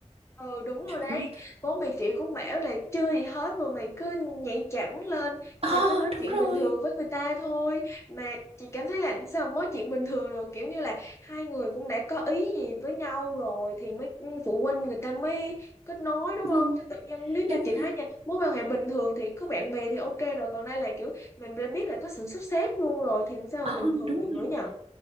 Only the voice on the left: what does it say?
Ừ đúng rồi đấy
Bố mày chị cũng bảo là chưa gì hết Mà mày cứ nhảy cẳng lên
Thì mày cứ nói
chuyện
bình thường với người ta thôi Mà chị cảm thấy là sao mà nói chuyện bình thường được Kiểu như là hai người cũng đã có ý gì với nhau rồi Thì mới ừ, phụ huynh người ta mới kết nối đúng
không Chứ tự nhiên nếu
như
chị thấy nha Mối quan hệ bình thường thì có bạn bè thì ok rồi Còn đây là kiểu mình đã biết là có sự sắp xếp luôn rồi Thì làm sao
mà bình thường
được nữa
nhờ